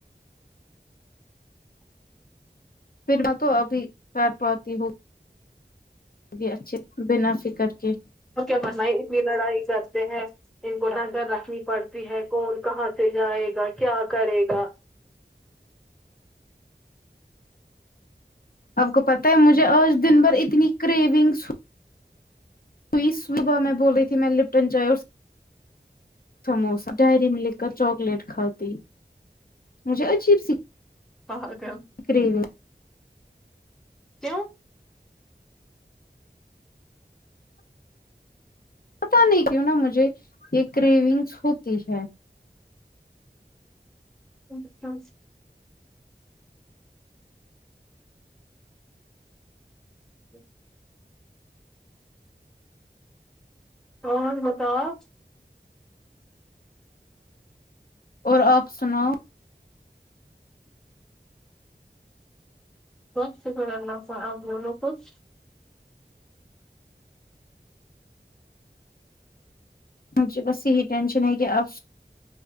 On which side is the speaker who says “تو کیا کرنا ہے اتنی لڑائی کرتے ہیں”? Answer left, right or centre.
Centre